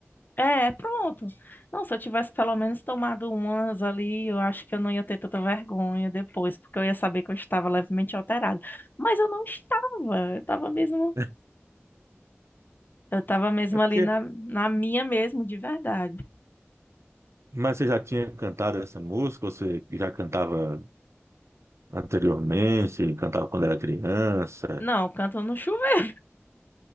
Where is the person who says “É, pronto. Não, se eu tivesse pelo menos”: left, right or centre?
Left